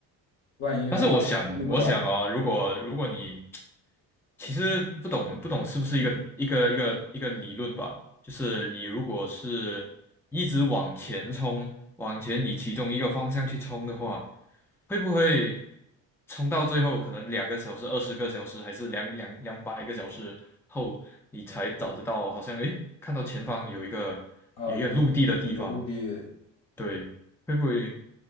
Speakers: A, on the left; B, in the centre.
A: 万一呢？
B: 但是我想，
A: 万一遇不到呢？
B: 我想啊、如果如果你其实不懂不懂是不是一个一个一个一个理论吧？就是你如果是一直往前冲，往前你其中一个方向去冲的话，会不会冲到最后可能两个小时、二十个小时，还是两两两百个小时后，你才找得到？好像诶，看到前方有一个有一个陆地的地方，
A: 啊、有有陆地，
B: 对，会不会